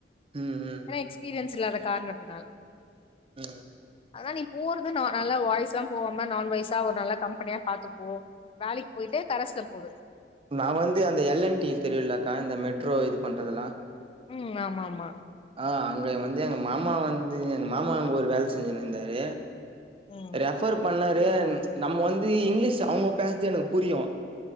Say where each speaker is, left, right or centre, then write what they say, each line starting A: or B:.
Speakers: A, on the right; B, on the left.
A: ம் ம்
B: எனா எக்ஸ்பீரியன்ஸ் இல்லாத காரணத்தினால்
A: ம்
B: அதா நீ போறது நா நல்ல வாய்ஸ்லம் போவாம நான் வாய்ஸா ஒரு நல்ல கம்பெனியா பாத்துப்போ வேலைக் போய்ட்டு கரெஸ்ல போடு
A: நா வந்து அந்த எல் என் டி தெரியுயில்லக்கா இந்த மெட்ரோ இது பண்றதெல்லா
B: ம் ஆமாமா
A: ஆ அங்க வந்து எங்க மாமா வந்து எங்க மாமா அங்கொரு வேல் செஞ்ஞின் இருந்தாரு
B: ம்
A: ரெஃபர் பண்ணர் ஏன் நம்ம வந்து இங்கிலீஷ் அவுங்க பேஸ்து எனக் புரியு